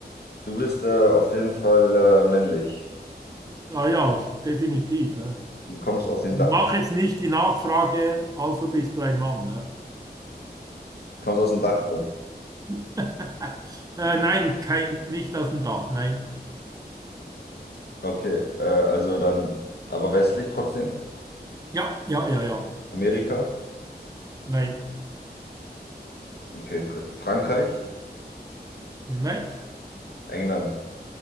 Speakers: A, on the left; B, on the right.
A: du bist äh, auf jeden Fall äh, männlich.
B: Ah ja, definitiv. hä?
A: Du kommst aus dem
B: Mach
A: Dachraum.
B: jetzt nicht die Nachfrage, also bist du ein Mann. hä?
A: Kommst aus dem Dachraum.
B: <laughs> Äh, nein, kein, nicht aus dem Dach, nein.
A: Okay. Äh, also dann, aber westlich trotzdem?
B: Ja, ja, ja, ja.
A: Amerika?
B: Nein,
A: Okay. Fr Frankreich?
B: nein,
A: England?